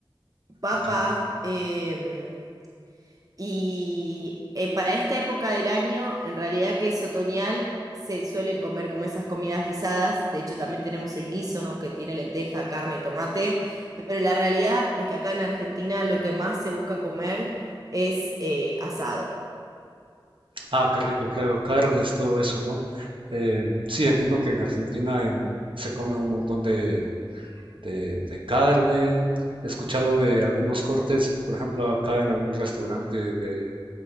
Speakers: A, on the right; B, on the right.
A: papa,
B: Ok.
A: em, y eh, para esta época del año, en realidad que es otoñal, se suelen comer como esas comidas guisadas. De hecho, también tenemos el guiso que tiene lenteja, carne, tomate. Pero la realidad es que acá en Argentina lo que más se busca comer es eh, asado.
B: Ah, qué rico, claro, carnes, todo eso, ¿no? Eh, sí, entiendo que en Argentina en- se come un montón de, de, de carne. He escuchado de algunos cortes, por ejemplo, acá en algún restaurante de